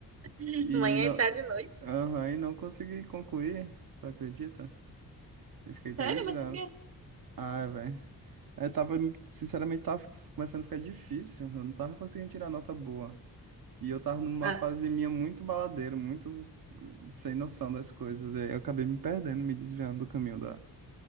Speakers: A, on the right; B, on the right.
A: <laughs>
B: E
A: Manhã
B: não,
A: e tarde e noite.
B: aham, e não consegui concluir, tu acredita? Eu fiquei três
A: Sério? Mas
B: anos.
A: por quê?
B: Ai, velho. Eu tava, sinceramente, tava começando a ficar difícil. Eu não tava conseguindo tirar nota boa. E eu tava numa
A: Ah,
B: fase minha muito baladeira, muito hum, sem noção das coisas. Aí eu acabei me perdendo, me desviando do caminho da.